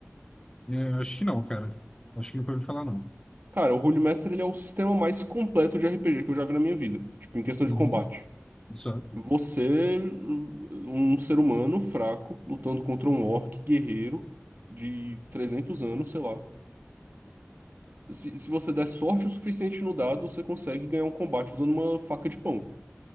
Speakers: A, on the left; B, on the right.
A: É, acho que não, cara. Acho que nunca ouvi falar, não.
B: Cara, o Holy Master ele é o sistema mais completo de RPG que eu já vi na minha vida, tipo, em questão
A: Uhum.
B: de combate.
A: Só.
B: Você, um ser humano fraco, lutando contra um orc guerreiro de 300 anos, sei lá. Se, se você der sorte o suficiente no dado, você consegue ganhar um combate usando uma faca de pão.